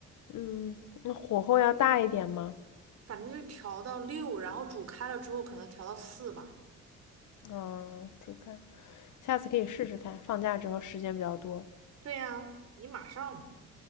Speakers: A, on the left; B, on the right.
A: 嗯，那火候要大一点吗？
B: 反正就调到六，然后煮开了之后可能调到四吧。
A: 啊，煮开，下次可以试试看，放假之后时间比较多。
B: 对呀，你马上了